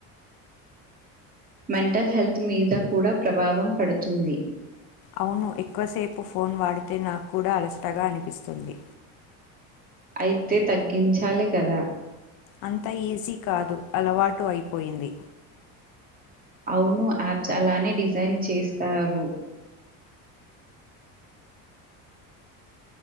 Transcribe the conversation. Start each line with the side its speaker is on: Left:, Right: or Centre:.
Right: మెంటల్ హెల్త్ మీద కూడ ప్రభావం పడుతుంది
Left: అవును ఎక్కువసేపు ఫోన్ వాడితే నాకు కూడ అలసటగా అనిపిస్తుంది
Right: అయితే తగ్గించాలి కద
Left: అంత ఈజీ కాదు అలవాటు అయిపోయింది
Right: అవును యాప్స్ అలానే డిజైన్ చేస్తారు